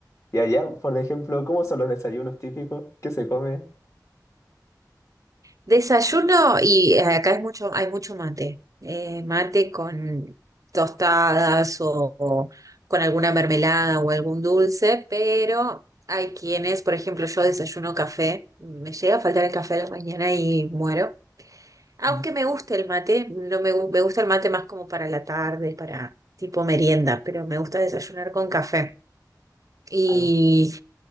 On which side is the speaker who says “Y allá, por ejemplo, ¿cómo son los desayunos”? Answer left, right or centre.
Left